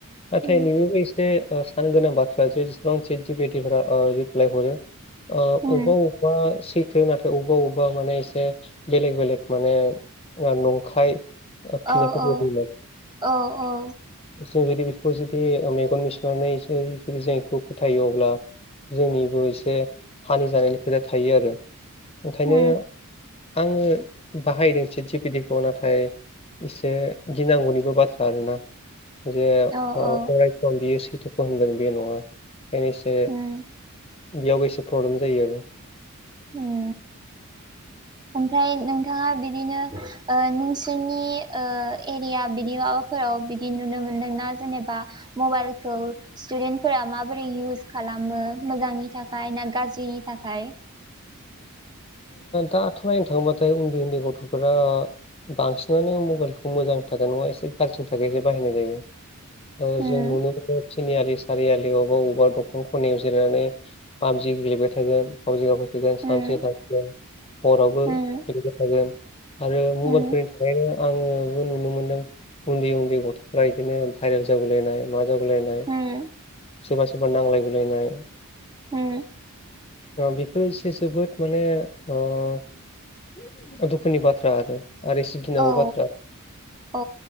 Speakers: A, on the left (about 25°); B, on the right (about 20°).
A: नाथाय
B: उम
A: नोंनिबो एसे सान गोनां बाथ्रा जे जसेबां चे जि पेफोरा रिप्लाय हरो ओ
B: उम
A: अबा अबा स थो नाथाय अबेबा अबेबा माने एसे बेलेग बेलेग माने नंखाय फिनायफोरबो
B: औ औ
A: होयो आरो।
B: औ औ
A: जों जुदि बेखौ जुदि मेगन मिसिबनानै जुदि जों बेखौ फोथायो अब्ला जोंनिबो एसे हानि जानायनि खोथा थायो आरो। ओंखायनो
B: उम
A: आङो बाहायदों चिजबिदिखौ नाथाय इसे गिनांगौनिबो बाथ्रा आरो ना? जे अरायसम
B: औ औ
A: बियो सैथोखौ होनगोन बे नङा। से
B: उम
A: बेयावबो एसे प्रब्लेम जायो आरो
B: उ <inaudible> ओमफ्राय नोंथाङा बिदिनो ओ नोंसोरनि ओ एरिया बिदियाव म फोराव बिदि नुनो मोनदोंना जेनेबा मबाइलखौ स्टुदेन्टफोरा माबोरै इउस खालामो मोजांनि थाखाय ना गाज्रिनि थाखाय।
A: दाथ' नायनो थाङोबाथाय उन्दै उन्दै गथ'फोरा बांसिनानो मबाइलखौ मोजांनि थाखाय नङा एसे गारजिनि थाखायसो बाहायनाय जायो। ओ
B: उम
A: जों नुनो मोनो थिनि आलि सारि आलि बबेबा अबेबा दखान खनायाव जिरनानै पाबजि गेलेबाय थागोन फाबजि गाबै थगोन सानसे
B: उम
A: सान हरावबो
B: उम
A: गेलबाय थागोन आरो मबाइलफोरनि
B: उम
A: थाखायनो आङोबो नुनो मोनदों उन्दै उन्दै गथ'फ्रा बिदिनो भाइरेल जागुलायनाय मा जागुलायनाय
B: उम
A: सोरबा सोरबा नांलाय बोलायनाय
B: उम
A: बेफोरो एसे जोबोद माने आ दुखुनि बाथ्रा आरो आरो इसे गिनांगौ
B: औ
A: बाथ्रा
B: औ